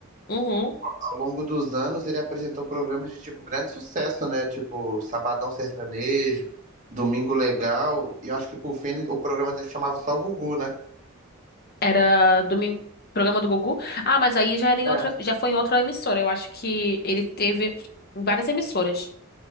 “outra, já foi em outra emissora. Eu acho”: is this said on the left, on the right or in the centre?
Left